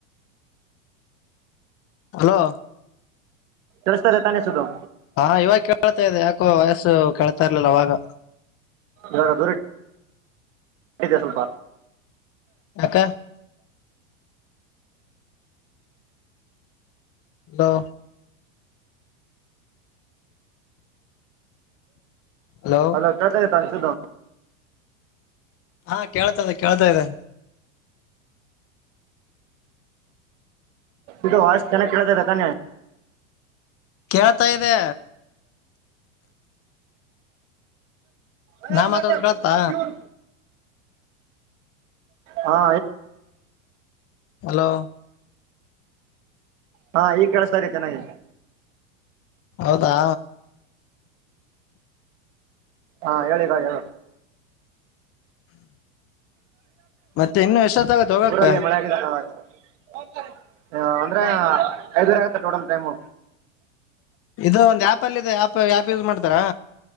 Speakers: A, on the left; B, on the right.
A: ಅಲೋ
B: ರಸ್ತ ದ ತಾನ ಸುದ್ದದು
A: ಹಾ ಇವಾಗ ಕೇಳ್ತಾ ಇದೆ ಯಾಕೋ ವಯಸ್ಸು ಕೇಳ್ತಾ ಇರ್ಲಿಲ್ಲ ಅವವಾಗ
B: ಅ ದದುರ ಇತ ಸ್ವಲ್ಪ
A: ಯಾಕ ಅಲೋ ಹಲೋ
B: ಅಲೋ ಕತ ಯತಾನ ಸು್ದ
A: ಹಾ ಕೇಳ್ತಾ ಇದೆ ಕೇಳ್ತಾ ಇದೆ
B: ಈಗ ವಸ್ ಚೆನ್ನ ಕೇಳತದ ತಾನೆ
A: ಕೇಳ್ತಾ ಇದೆ
B: ಹ
A: ನಾ ಮಾತಾಡೋದು
B: ಮತ್ತ
A: ಕೇಳ್ತಾ
B: ಯನ್ ಹಾ
A: ಹಲೋ
B: ಹಾ ಈಗ್ ಕಳಿಸತಾದೆ ಚೆನ್ನಾಗಿ
A: ಹೌದಾ
B: ಹಾ ಹೇಳಿಿಕ ಹೇಳ
A: ಮತ್ತೆ ಇನ್ನು ಎಷ್ಟೊತ್ತಾಗತ್ತೆ ಹೋಗಕ್ಕ
B: ಊರಲ್ಲಿ ಮಳೆಗ ಆ್ತ ಅಂದ್ರೆ ಐದೂರೆ ಆಯತಾ ಟೋಟಲ್ ಟೈಮು
A: ಇದು ಒಂದ್ ಆ್ಯಪ್ ಅಲ್ಲಿ ಇದೆ ಆ್ಯಪ್ ಆ್ಯಪ್ ಯೂಸ್ ಮಾಡ್ತಾರಾ